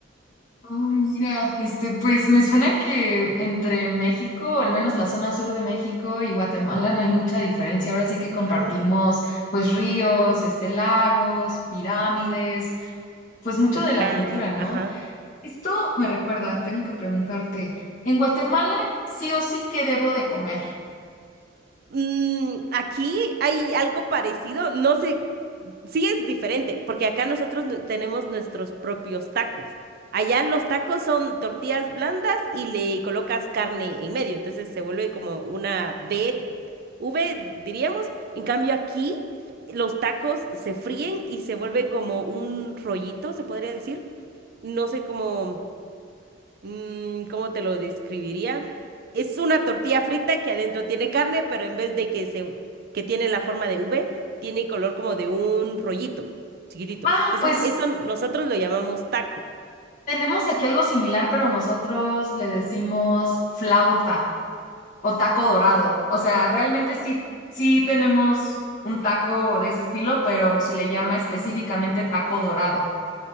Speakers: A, on the left; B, on the right.
A: Oh, mira, este, pues me suena que entre México, al menos la zona sur de México y Guatemala no hay mucha diferencia. Ahora sí que compartimos
B: Ah,
A: pues ríos, este, lagos, pirámides, pues mucho
B: volcanes,
A: de la cultura, ¿no?
B: ajá.
A: Esto me recuerda, tengo que preguntarte, ¿en Guatemala sí o sí qué debo de comer?
B: Mm, aquí hay algo parecido, no sé, sí es diferente, porque acá nosotros nu- tenemos nuestros propios tacos. Allá los tacos son tortillas blandas y le colocas carne en medio, entonces se vuelve como una V, V diríamos. En cambio aquí los tacos se fríen y se vuelve como un rollito, se podría decir. No sé cómo mm, ¿cómo te lo describiría? Es una tortilla frita que adentro tiene carne, pero en vez de que se, que tiene la forma de V, tiene color como de un rollito, chiquitito.
A: Ah,
B: Entonces,
A: pues
B: eso nosotros lo llamamos taco.
A: tenemos aquí algo similar, pero nosotros le decimos flauta o taco dorado. O sea, realmente sí, sí tenemos un taco de ese estilo, pero se le llama específicamente taco dorado